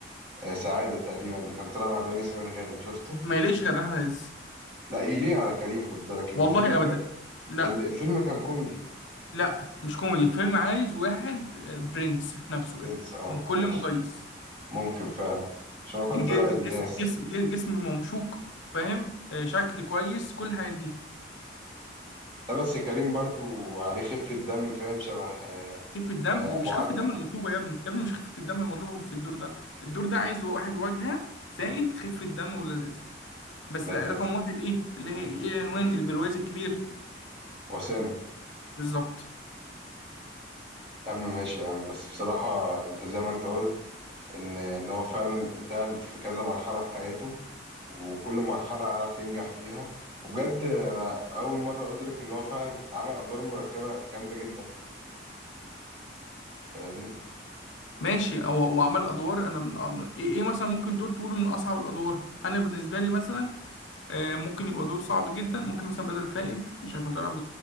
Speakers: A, on the right (about 25°); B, on the left (about 80°).
A: آه سعادة تقريبا اللي كان طالع مع دنيا سمير غانم شفته؟
B: ما يليش غير أحمد عز
A: لا يليق على كريم خد بالك ان
B: والله
A: الفيلم
B: أبدا
A: كان
B: لا
A: ال- الفيلم كان كوميدي
B: لا مش كوميدي فيلم عايز واحد آه، برنس في نفسه
A: برنس
B: كده
A: اه
B: من كل
A: ماشي
B: مقاييس
A: ممكن فعلا عشان هو كان
B: ج-
A: طالع
B: ج- ج-
A: ابن
B: جسم
A: ناس
B: جسم ج- جسم ممشوق فاهم آه، شكل كويس كل الحاجات دي
A: لا بس كريم برضو عليه خفة دم فاهم شبه آه
B: خفة الدم
A: آه ابو
B: مش
A: علي
B: خفة الدم المطلوبة يا ابني يا ابني مش خفة الدم المطلوبة في الدور ده الدور ده عايز واحد واجهة زائد خفة دم ولذاذة بس
A: لذيذ
B: لا رقم واحد ايه اللي هي
A: مم.
B: ايه عنوان البرواز الكبير
A: وسام
B: بالظبط
A: يا عم ماشي يا عم بس بصراحة انت زي ما انت قلت ان ان هو فعلا انتقل في كذا مرحلة في حياته وكل مرحلة عارف ينجح فيها وبجد أنا أول مرة أدرك إن هو فعلا عمل أدوار مركبة جامدة جدا فاهمني
B: ماشي هو هو عمل ادوار انا من أمر. ايه إيه مثلا ممكن دور تقوله من اصعب الادوار انا بالنسبة لي مثلا آه، ممكن يبقى دور صعب جدا ممكن مثلا بدل فائد عشان كان طالع ب-